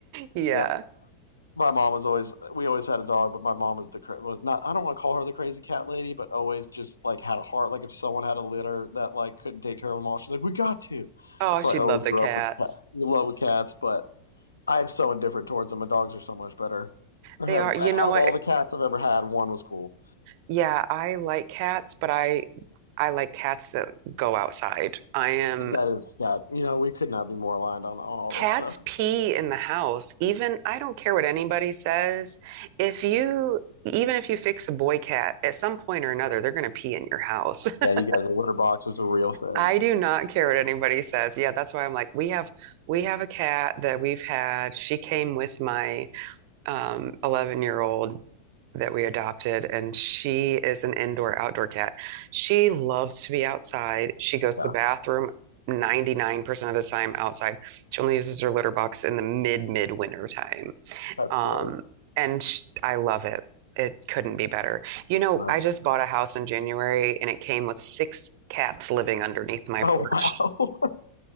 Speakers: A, on the right; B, on the left.
A: Yeah.
B: Yeah. my mom was always we always had a dog, but my mom was the was not I don't want to call her the crazy cat lady, but always just like had a heart. Like if someone had a litter that like couldn't take care of them all, she's like, "We got to."
A: Oh,
B: So
A: she'd
B: I always
A: love the
B: grew
A: cats.
B: up with cat- love with cats, but I am so indifferent towards them. My dogs are so much better. I
A: They
B: had
A: are,
B: out
A: you know what?
B: of all the cats I've ever had, one was cool.
A: Yeah, I like cats, but I I like cats that go outside. I am
B: That is God. You know, we could not be more aligned on on all
A: cats
B: this stuff.
A: pee in the house. Even I don't care what anybody says. If you even if you fix a boy cat, at some point or another, they're going to pee in your house.
B: Yeah,
A: <laughs>
B: you guys, the litter box is a real thing.
A: I do not care what anybody says. Yeah, that's why I'm like, we have we have a cat that we've had. She came with my um 11 year old that we adopted, and she is an indoor outdoor cat. She loves to be outside. She goes
B: Yeah,
A: to the bathroom 99% of the time outside. She only uses her litter box in the mid midwinter time.
B: that's
A: Um,
B: great.
A: and sh I love it. It couldn't be better. You know,
B: That's-
A: I just bought a house in January and it came with six cats living underneath my
B: oh
A: porch.
B: wow.